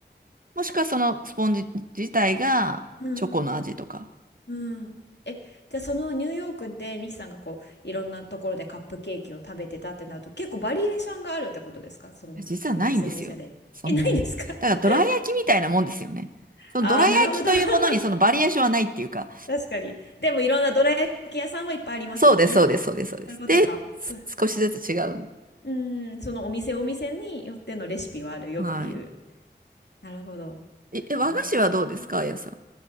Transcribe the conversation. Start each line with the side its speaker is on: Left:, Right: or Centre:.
Right: もしくはそのスポンジ自体がチョコの味とか。
Left: うんうんうん。え、じゃあそのニューヨークでミキさんがこういろんなところでカップケーキを食べてたってなると結構バリエーションがあるってことですかそのお店お店で。
Right: 実はないんですよ。そんなに。
Left: え、ないんですか <laughs>
Right: だからドラ焼きみたいなもんですよね。そのドラ焼きというものにそのバリエーションはないっていうか。
Left: ああー、なるほど。<laughs> 確かに。でもいろんなどら焼き屋さんはいっぱいありますもんね。
Right: そうです、そうです、そうです、そうです。
Left: そういうことか。
Right: で、
Left: そう。
Right: す少しずつ違う。
Left: うん、そのお店お店によってのレシピはあるよっていう。
Right: はい。
Left: なるほど。
Right: え、え和菓子はどうですか、
Left: ああ。
Right: あやさん。